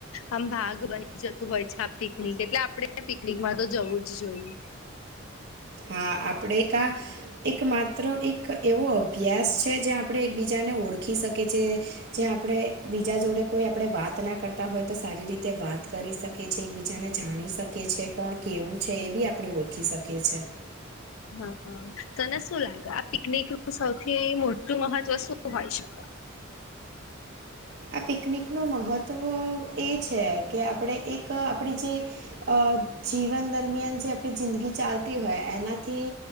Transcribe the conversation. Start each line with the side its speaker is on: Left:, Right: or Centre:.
Left: આમ ભાગ બની જતું હોય છે આપ પિકનિક એટલે આપડે પિકનિકમાં તો જવું જ જોઈએ.
Right: હા આપણેે કા એક માત્ર એક એવો અભ્યાસ છે જે આપણે એક બીજાને ઓળખી શકીએ કે જે આપણે બીજા જોડે કોઈ આપણે વાત ના કરતા હોય તો સારી રીતે વાત કરી શકીએ છીએ એક બીજાને જાણી શકીએ છીએ કોણ કેવું છે એ બી આપણે ઓળખી શકીએ છીએ.
Left: હા હા. તને શું લાગે આ પિકનિક નું સૌથી મોટું મહત્વ શું હોય શકે
Right: આ પિકનિક નું મહત્ત્વ એ છે કે આપણે એક એક આપણી જે અ જીવન દરમિયાન જે આપણી જિંદગી ચાલતી હોય એનાથી